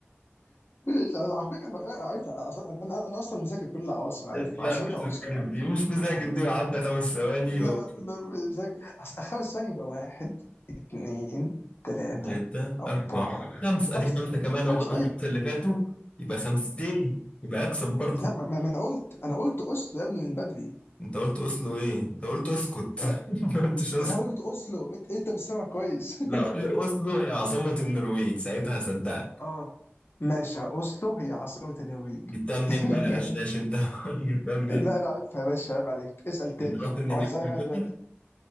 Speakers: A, on the left (about 65°); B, on the left (about 30°).
A: مش عايز- على فكره أنا عارفها أصلاً- انا انا أنا اصلا مذاكر كل العواصم أنا
B: لا
A: عارف عاصمتها
B: مش
A: اوسلو
B: مذاكر
A: عادي
B: دي مش مذاكر دي وعدى خمس ثواني
A: لا
B: و...
A: لا لا مذاكر أص- خمس ثواني يبقى واحد اثنين ثلاثه
B: ثلاثة
A: اربعه
B: أربعة خمسة
A: خمسه
B: أدي خمسة كمان
A: خمسه
B: لو غلط الخمسة
A: اي
B: اللي فاتوا يبقى خمستين يبقى أكسب برضو
A: لا ما, ما ما انا قلت انا قلت اوسلو يا ابني من بدري
B: أنت قلت أوسلو إيه؟ أنت قلت أسكت
A: أه،
B: <laughs> ما قلتش أوسلو
A: انا قلت اوسلو انت انت مش سامع كويس <laughs>
B: لا قول لي أوسلو هي عاصمة النرويج ساعتها هصدقك
A: اه ماشي اوسلو هي عاصمه النرويج
B: جبتها منين
A: <laughs>
B: بقى يا غشاش أنت <laughs> جبتها منين؟
A: لا انا عارفها يا باشا عيب عليك اسال تاني
B: أنت رحت النرويج
A: او انا اسالك
B: قبل
A: انا دلوقتي
B: كده؟